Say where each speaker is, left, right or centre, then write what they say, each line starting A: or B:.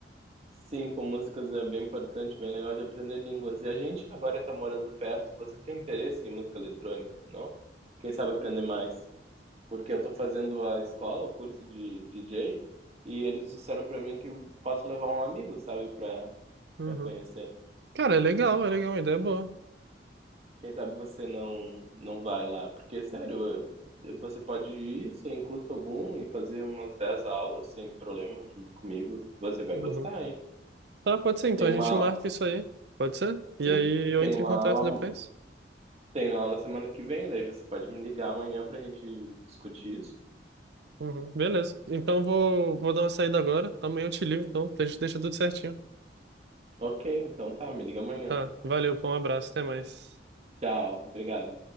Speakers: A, on the right; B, on the right.
A: Sim, com músicas é bem importante, bem legal de aprender línguas. E a gente que agora está morando perto, você tem interesse em música eletrônica, não? Quem sabe aprender mais? Porque eu estou fazendo a escola, o curso de DJ, e eles disseram para mim que eu posso levar um amigo, sabe, para
B: Uhum.
A: para conhecer.
B: Cara, é legal, é legal, a ideia é boa.
A: Quem sabe você não não vai lá, porque sério, eu- você pode ir sem custo algum e fazer umas 10 aulas sem problema junto comigo. Você vai
B: Uhum.
A: gostar, hein?
B: Tá, pode ser, então
A: Tem
B: a
A: uma,
B: gente marca isso aí. Pode ser? E
A: sim,
B: aí eu
A: tem
B: entro
A: uma
B: em contato
A: aula
B: depois.
A: Tenho aula semana que vem, daí você pode me ligar amanhã pra gente discutir isso?
B: Uhum, beleza. Então vou, vou dar uma saída agora. Amanhã eu te ligo, então. A gente deixa tudo certinho.
A: Ok, então tá, me liga amanhã.
B: Tá, valeu, pô, um abraço, até mais.
A: Tchau, obrigado.